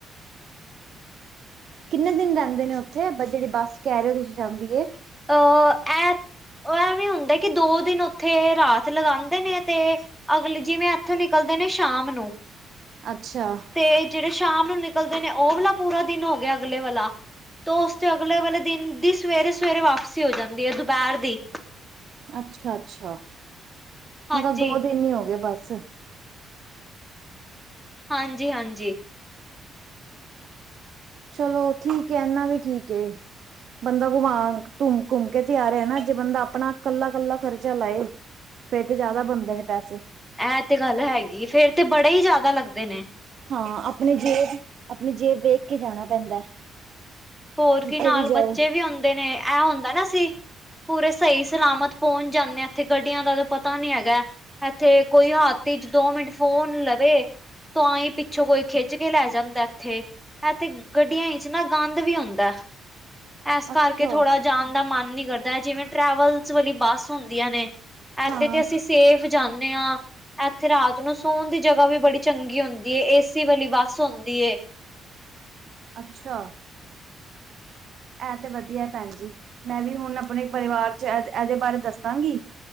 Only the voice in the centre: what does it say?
ਉਹ ਐ, ਉਹ ਐ ਵੀ ਹੁੰਦਾ ਕਿ ਦੋ ਦਿਨ ਉੱਥੇ ਰਾਤ ਲਗਾਉਂਦੇ ਨੇ ਤੇ ਅਗਲੇ, ਜਿਵੇਂ ਏਥੋਂ ਨਿਕਲਦੇ ਨੇ ਸ਼ਾਮ ਨੂੰ।
ਤੇ ਜਿਹੜੇ ਸ਼ਾਮ ਨੂੰ ਨਿਕਲਦੇ ਨੇ। ਉਹ ਵਾਲਾ ਪੂਰਾ ਦਿਨ ਹੋ ਗਿਆ। ਅਗਲੇ ਵਾਲਾ ਤੋਂ ਉਸਤੋਂ ਅਗਲੇ ਵਾਲੇ ਦਿਨ ਦੀ, ਸਵੇਰੇ-ਸਵੇਰੇ ਵਾਪਸੀ ਹੋ ਜਾਂਦੀ ਐ, ਦੁਪਹਿਰ ਦੀ।
ਹਾਂਜੀ
ਹਾਂਜੀ-ਹਾਂਜੀ।
ਐਹ ਤੇ ਗੱਲ ਹੈਗੀ। ਫੇਰ ਤੇ ਬੜੇ ਈ ਜ਼ਿਆਦਾ ਲੱਗਦੇ ਨੇ।
ਹੋਰ
ਕੀ ਨਾਲ
ਬੱਚੇ ਵੀ ਹੁੰਦੇ ਨੇ। ਐ ਹੁੰਦਾ ਨਾ ਅਸੀਂ ਪੂਰੇ ਸਹੀ ਸਲਾਮਤ ਪਹੁੰਚ ਜਾਂਨੇ ਆ। ਉੱਥੇ ਗੱਡੀਆਂ ਦਾ ਤਾਂ ਪਤਾ ਨੀ ਹੈਗਾ। ਇੱਥੇ ਕੋਈ ਹੱਥ ਇੱਚ ਦੋ ਮਿੰਟ ਫ਼ੋਨ ਲਵੇ ਤੋਂ ਆਂਈ ਪਿੱਛੋਂ ਕੋਈ ਖਿੱਚ ਕੇ ਲੈ ਜਾਂਦਾ ਇੱਥੇ। ਇੱਥੇ ਗੱਡੀਆਂ 'ਚ ਨਾ ਗੰਦ ਦ ਵੀ ਹੁੰਦਾ। ਐਸ ਕਰਕੇ
ਥੋੜ੍ਹਾ ਜਾਣ ਦਾ ਮਨ ਨੀਂ ਕਰਦਾ। ਐ ਜਿਵੇਂ ਟਰੈਵਲਸ ਵਾਲੀ ਬੱਸ ਹੁੰਦੀਆਂ ਨੇ ਐਤੇ
ਤੇ ਅਸੀਂ ਸੇਫ ਜਾਂਣੇ ਆ। ਇੱਥੇ ਰਾਤ ਨੂੰ ਸੋਣ ਦੀ ਜੱਗ੍ਹਾ ਵੀ ਬੜੀ ਚੰਗੀ ਹੁੰਦੀ ਏ। ਏਸੀ ਵਾਲੀ ਬੱਸ ਹੁੰਦੀ ਏ।